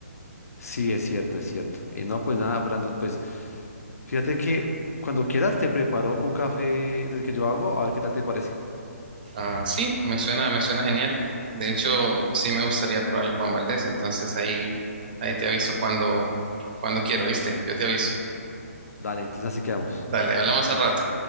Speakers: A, on the left; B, on the right.
A: Sí, es cierto, es cierto. Eh, no, pues nada, Brandon, pues fíjate que cuando quieras te preparo un café del que yo hago, a ver qué tal te parece.
B: Ah, sí, me suena, me suena genial. De hecho, sí me gustaría probar el Juan Valdés, entonces ahí, ahí te aviso cuando, cuando quiero, ¿viste? Yo te aviso.
A: Dale, entonces así quedamos.
B: Dale, hablamos al rato.